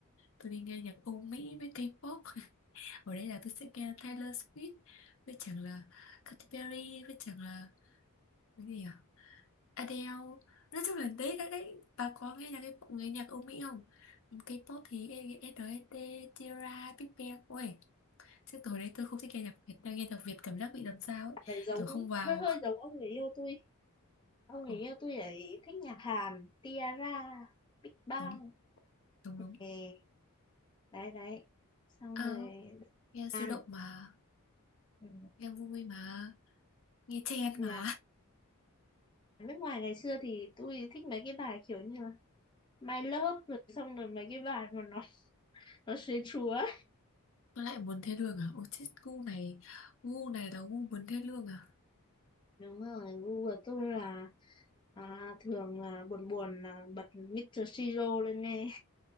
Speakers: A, on the left (about 60°); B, on the left (about 20°).
A: Tôi đi nghe nhạc Âu Mỹ với K-pop. <laughs> Ở đây là tôi sẽ nghe Taylor Swift với chẳng là Katy Perry với chẳng là cái gì à? Adele. Nói chung là đấy đấy đấy. Bà có nghe nhạc K-pop, nghe nhạc Âu Mỹ không? K-pop thì e SNSD, Tierra, Big Bang. Ôi, Chứ tối đấy tôi không thích nghe nhạc Việt đang nghe nhạc Việt cảm giác bị làm sao ấy
B: Bạn ấy giống
A: kiểu không vào
B: hơi hơi giống ông người yêu tôi ông người
A: Ồ,
B: yêu tôi ấy thích nhạc Hàn Tiara Big Bang
A: đúng đúng đúng
B: ừ, đấy đấy xong
A: Ờ,
B: rồi
A: nghe sôi
B: Hàn
A: động mà
B: ừ.
A: nghe vui mà nghe chen
B: nhạc
A: mà
B: nước ngoài ngày xưa thì tôi thích mấy cái bài kiểu như là My Love rồi xong rồi mấy cái bài mà nó nó sến chúa
A: <laughs> tôi lại muốn thê lương à ôi chết gu này gu này là gu muốn thê lương à
B: đúng rồi gu của tôi là à, thường là buồn buồn là bật Mr. Siro lên nghe